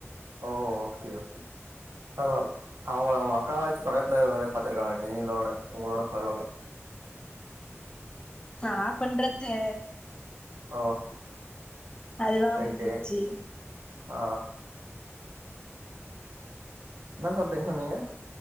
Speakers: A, on the right; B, on the left.
A: ஓ ஓகே ஓகே பரவால்ல அவுங்க அவுங்க அக்கா வச்சு பக்கத்துல இருக்கவங்கள பத்துருக்காங்க நீங்களோட உங்களோட பரவால்ல
B: ஆ‌ நா பண்றது
A: ஓ
B: அதுவா அமஞ்சிச்சு
A: ரைட்டு ஆ என்ன சாப்ட்டிங்கன் சொன்னீங்க